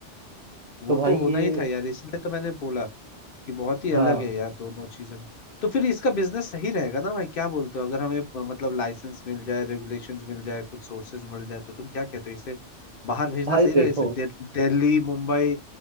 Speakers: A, on the left (about 55°); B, on the right (about 45°).
A: वो
B: तो भाई
A: तो होना
B: ये
A: ही था यार इसलिए तो मैंने बोला कि बहुत ही अलग
B: हाँ
A: है यार दोनों चीजें तो फिर इसका बिजनेस सही रहेगा ना भाई क्या बोलते हो अगर हमें अ, मतलब लाइसेंस मिल जाए रेगुलेशंस मिल जाए कुछ सोर्सेज मिल जाए तो तुम क्या कहते हो इसे बाहर भेजना
B: भाई
A: सही रहेगा
B: देखो
A: इसे दे, दिल्ली मुंबई